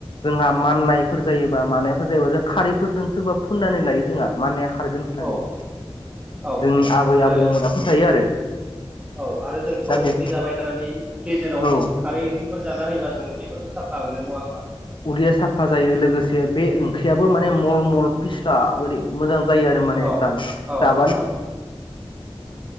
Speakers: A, on the left (about 55°); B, on the right (about 15°).
A: जोंहा माननायफोर जायोबा मानायफोर जायोबा जों खारैफोरजों सोरबा फुननानै लायो जोंहा माननाय खारगोन होननानै
B: औ औ
A: जोंनि आबै
B: आरो
A: आबौमोना फोथायो आरो
B: औ आरो जों थाव
A: दा बे
B: ओंख्रि जाबाय थानानै गेजेराव
A: औ
B: खारै ओंख्रिफोर जाना होयोबा जों उदैफोरखौ साफा मोनो नङा होमबा
A: उदैया साफा जायो लोगोसे बे ओंख्रियाबो माने मल मल फिस्ला मोजां जायो आरो माने
B: औ
A: जा
B: औ औ